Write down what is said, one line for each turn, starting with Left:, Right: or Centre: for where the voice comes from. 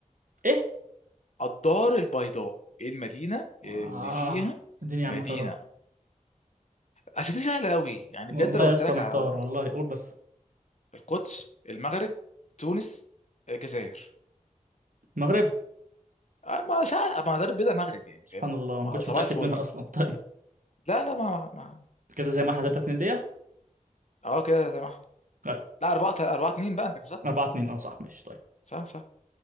Right: ايه
Left: الدار البيضاء ايه المدينه
Right: اه
Left: اللي فيها
Right: الدنيا يا
Left: مدينه
Right: عم خراب
Left: اصل دي سهله قوي يعني
Right: والله
Left: بجد لو قلت
Right: يا اسطى
Left: لك
Right: محتار
Left: هقول لك
Right: والله قول بس
Left: القدس المغرب تونس آه، الجزائر
Right: المغرب
Left: آه ما سهل ما دار البيضاء مغرب يعني
Right: سبحان
Left: فاهم
Right: الله ما
Left: ما-
Right: كنتش
Left: صباح
Right: متأكد
Left: الفل
Right: منها اصلا <laughs> طيب
Left: لا لا ما ما
Right: كده زي ما احنا 3 2 ليا
Left: اه كده زي ما احنا
Right: طيب
Left: لا أربعة أربعة اتنين بقى انت كسبت
Right: 4 2 اه صح ماشي طيب
Left: صح صح